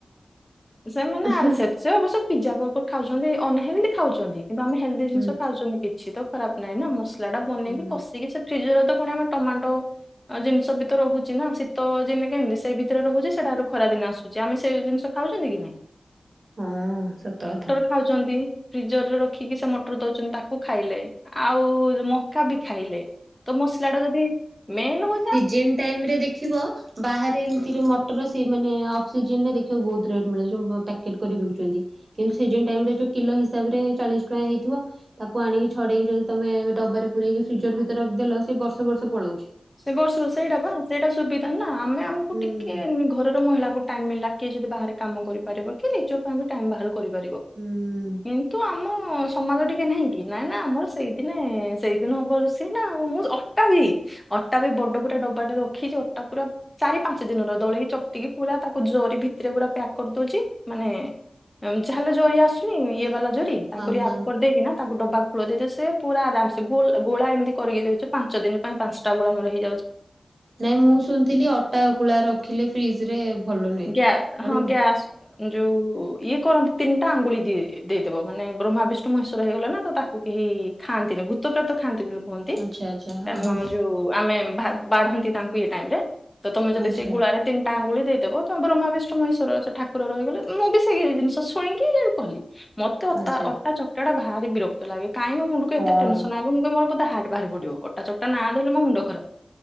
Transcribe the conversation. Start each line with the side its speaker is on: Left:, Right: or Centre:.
Left: ସେମାନେ
Right: ହଁ
Left: ଆରସେପସ୍ ସେ ଅବଶ୍ୟ ପିଜା ବର୍ଗର ଖାଉଛନ୍ତି ଅନହେଲଦି ଖାଉଛନ୍ତି କିନ୍ତୁ ଆମେ ହେଲ୍ଦି ଜିନିଷ
Right: ହୁଁ
Left: ଖାଉଛନ୍ତି କି ଛି ତ ଖରାପ ନାହିଁ ନାଁ ମସଲାଟା ବନେଇକି
Right: ହୁଁ
Left: କଷିକି ସେ ଫ୍ରିଜରେ ତ ଫୁଣି ଆମେ ଟମାଟୋ ଅଁ ଜିନିଷ ବି ତ ରହୁଚି ନା ଶୀତ ଯେନେ କେମିତି ସେଇ ଭିତରେ ରହୁଚି ସେଟାରୁ ଖରା ଦିନେ ଆସୁଚି। ଆମେ ସେ ଜିନିଷ ଖାଉଚନ୍ତି କି ନାଇଁ?
Right: ହଁ ସତ କଥା।
Left: ଖାଉଚନ୍ତି ଫ୍ରିଜର୍ ରେ ରଖିକି ସେ ମଟର୍ ଦଉଚନ୍ତି ତାକୁ ଖାଇଲେ। ଆଉ ମକା ବି ଖାଇଲେ ତ ମସଲାଟା ଯଦି ମେନ୍ ହଉ
Right: ପିଜିମ୍ ଟାଇମ୍ ରେ ଦେଖିବ ବାହାରେ ଏମତିରେ ମଟର ସେ ମାନେ ଅକ୍ସିଜନରେ ଦେଖିବ ବୋହୁତ ରେଟ୍ ମିଳେ ଯୋଉ ପ୍ୟାକେଟ୍ କରି ବିକୁଚନ୍ତି। କିନ୍ତୁ ସିଜନ୍ ଟାଇମ୍ ରେ ଯୋଉ କିଲୋ ହିସାବରେ ଚାଳିଶ ଟଙ୍କା ହେଇଥିବ। ତାକୁ ଆଣିକି ଛଡ଼େଇକି ଯଦି ତମେ ଡବାରେ ପୁରେଇକି ଫ୍ରିଜର୍ ଭିତରେ ରଖିଦେଲ ସେ ବର୍ଷ ବର୍ଷ ପଳଉଛି।
Left: ସେ ବର୍ଷରୁ ସେଇଟା ବା ସେଇଟା ସୁବିଧା ନାଁ ଆମେ ଆମୁକୁ
Right: ହୁଁ
Left: ଟିକେ ନି ଘରର ମହିଳାକୁ ଟାଇମ୍ ମିଳିଲା କିଏ ଯଦି ବାହାରେ କାମ କରିପାରିବ କି ରିଜ ପାଇଁ ବି ଟାଇମ୍ ବାହାର କରି କରିବକିନ୍ତୁ
Right: ହୁଁ
Left: ଆମ ସମାଜ ଟିକେ ନହିଁ କି ନାଁ ନାଁ ଆମର ସେଇ ଦିନେ ସେଇଦିନ ହବ ରୋଷେଇ ନାଁ ଆଉ ମୁଁ ଅଟା ବି ଅଟା ବି ବଡ଼ ପୁରା ଡବାଟେ ରଖିଚି ଅଟା ପୁରା ଚାରି ପାଞ୍ଚ ଦିନର ଦଳିକି ଚକଟିକି ପୁରା ତାକୁ ଜରି ଭିତରେ ପୁରା ପ୍ୟାକ୍ କରିଦଉଚି ମାନେ ଏମ୍ ଯାହା ହେଲେ ଜରି ଆସୁନି ଇଏ ବାଲା ଜରି ତାକୁ
Right: ହଁ
Left: ରିଆପ୍
Right: ହଁ
Left: କରିଦେଇକି ନା ତାକୁ ଡବା ବୋଧେ ତ ସେ ପୁରା ଆରାମସେ ଗୁଲ୍ ଗୋଳା ଏମତି କରିକି ଦେଉଚ ପାଞ୍ଚ ଦିନ ପାଇଁ ପାଞ୍ଚଟା ଗୋଳା ମୋର ହେଇ
Right: ନାଇଁ ମୁଁ ଶୁଣିଥିଲି ଅଟା ଗୁଳା ରଖିଲେ ଫ୍ରିଜରେ ଭଲ ନୁହେଁ
Left: ଗ୍ୟା ହଁ
Right: ଆଣମ୍
Left: ଗ୍ୟାସ୍ ଯୋଉ ଇଏ କରନ୍ତି ତିନିଟା ଆଙ୍ଗୁଳି ଦିଏ ଦେଇଦବ ମାନେ ବ୍ରହ୍ମା ବିଷ୍ଣୁ ମହେଶ୍ଵର ହେଇଗଲେ ନା ତ ତାକୁ କେହି ଖାନ୍ତିିନି ଭୂତ ପ୍ରେତ ଖାଆନ୍ତି ବୁଲୁ କୁହନ୍ତି
Right: ଆଚ୍ଛା ଆଚ୍ଛା ହଁ
Left: କାରଣ
Right: ହଁ
Left: ଯୋଉ ଆମେ ଭା ବାଢ଼ନ୍ତି ତାଙ୍କୁ ଇଏ ଟାଇମ୍ ରେ। ତ ତମେ ଯଦି
Right: ଆଚ୍ଛା
Left: ସେଇ ଗୁଳାରେ ତିନ୍ ଟା ଆଙ୍ଗୁଳି ଦେଇଦେବ ତ ବ୍ରହ୍ମା ବିଷ୍ଣୁ ମହେଶ୍ୱର ସେ ଠାକୁର ରହିଗଲେ ମୁଁ ବି ସେଇ ଜିନିଷ ଶୁଣିକି କଲି। ମତେ ଅତା
Right: ଆଚ୍ଛା
Left: ଅଟା ଚଟଟା ଭାରି ବିରକ୍ତ ଲାଗେ କାଇଁ ମୋ ମୁଣ୍ଡୁକୁ
Right: ହଁ।
Left: ଏତେ ଟେନସନ ଆଗେ ମୁଁ ବେ ମୋର ପୋଦେ ହାଟ୍ ବାହାରି ପଡ଼ିବ ଅଟା ଚକଟା ନାଁ ଧଇଲେ ମୋ ମୁଣ୍ଡ ଖରାପ।